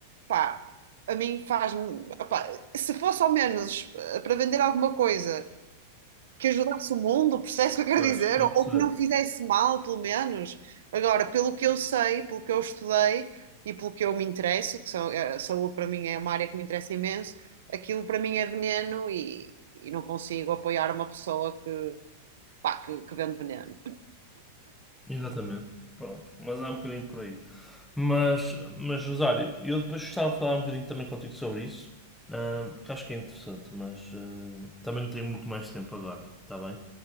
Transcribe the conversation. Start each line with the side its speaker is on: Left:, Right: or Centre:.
Right: Pá, a mim faz-me. opá, Se fosse ao menos eh, para vender alguma coisa que ajudasse o mundo, percebes o que eu quero
Centre: Pois,
Right: dizer?
Centre: estou
Right: Ou,
Centre: a perceber.
Right: ou que não fizesse mal, pelo menos. Agora, pelo que eu sei, pelo que eu estudei e pelo que eu me interesso, que são, eh, a saúde para mim é uma área que me interessa imenso, aquilo para mim é veneno e, e não consigo apoiar uma pessoa que, pá, que, que vende veneno.
Centre: Exatamente. Pronto, mas há um bocadinho por aí. Mas, mas Rosário, eu depois gostava de falar um bocadinho também contigo sobre isso, ah, porque acho que é interessante, mas ah, também não tenho muito mais tempo agora, está bem?